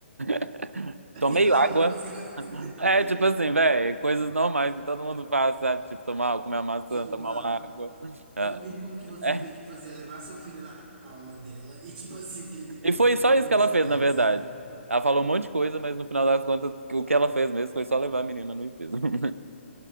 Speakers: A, on the right (about 85°); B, on the right (about 40°).
A: <laughs>
B: <laughs> Aí
A: tomei
B: vai
A: água.
B: falando umas coisas. <laughs>
A: É, tipo assim, velho, coisas normais que todo mundo faz, sabe? Tipo, tomar, comer uma maçã,
B: Tipo,
A: tomar
B: mano,
A: uma água. É,
B: É o mínimo que você
A: é.
B: tem que fazer, é levar sua filha na aula dela e, tipo assim, querida,
A: E foi
B: toma
A: só
B: vergonha
A: isso que
B: na
A: ela
B: sua
A: fez,
B: cara,
A: na verdade.
B: sabe?
A: Ela falou um monte de coisa, mas no final das contas, o que ela fez mesmo foi só levar a menina no hipismo. <laughs>